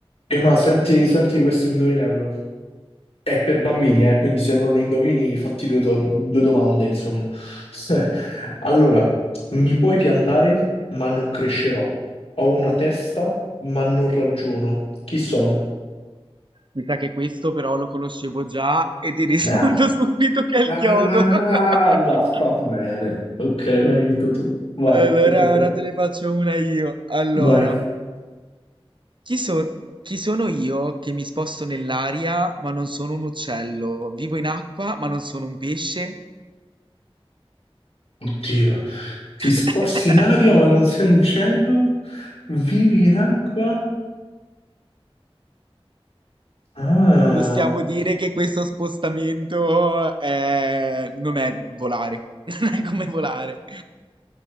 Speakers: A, on the left (about 70°); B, on the right (about 50°).
A: Prima senti, senti questo indovinello. È per bambini, eh, quindi se non lo indovini, fatti due, do- due domande, insomma. <laughs> Allora, mi puoi piantare, ma non crescerò. Ho una testa, ma non ragiono. Chi sono?
B: Mi sa che questo però lo conoscevo già e ti rispondo
A: Ah,
B: <laughs> subito che è il
A: ah,
B: chiodo. <laughs>
A: va, va bene. Ok, l'hai vinto tu. Vai,
B: Allora,
A: tocca a te.
B: ora te ne faccio una io. Allora,
A: Vai.
B: chi, so- chi sono io che mi sposto nell'aria ma non sono un uccello? Vivo in acqua ma non sono un pesce?
A: Oddio. Ti
B: <laughs>
A: sposti in aria, ma non sei un uccello? Vivi in acqua? Ah.
B: Possiamo dire che questo spostamento è- non è volare, <laughs> non è come volare.